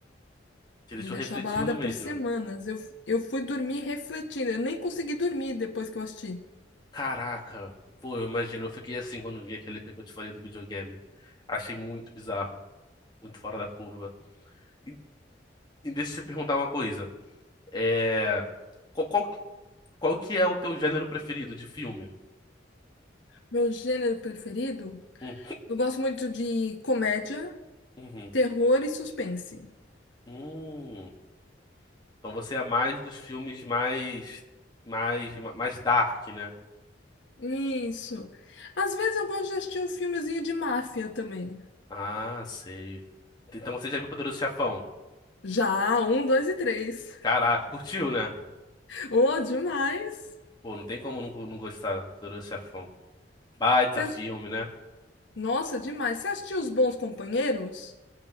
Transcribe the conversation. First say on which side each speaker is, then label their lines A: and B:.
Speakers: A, on the left; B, on the left.
A: Te deixou
B: Me deixou
A: refletindo
B: abalada
A: mesmo.
B: por semanas. Eu, eu fui dormir refletindo. Eu nem consegui dormir depois que eu assisti.
A: Caraca, pô, eu imagino, eu fiquei assim quando vi aquele EP que eu te falei do videogame. Achei muito bizarro, muito fora da curva. E, e deixa eu te perguntar uma coisa. É, qual, qual, que- qual que é o teu gênero preferido de filme?
B: Meu gênero preferido?
A: Hum,
B: Eu gosto muito de comédia,
A: uhum,
B: terror e suspense.
A: hum. Então você é mais dos filmes mais, mais, mais dark, né?
B: Isso. Às vezes eu gosto de assistir um filmezinho de máfia também.
A: Ah, sei. Então você já viu Poderoso Chefão?
B: Já, um, dois e três.
A: Caraca,
B: <laughs>
A: curtiu, né?
B: Oh, demais!
A: Pô, não tem como não, não gostar do Poderoso Chefão. Baita
B: Você
A: filme,
B: ass-
A: né?
B: Nossa, demais. Você assistiu Os Bons Companheiros?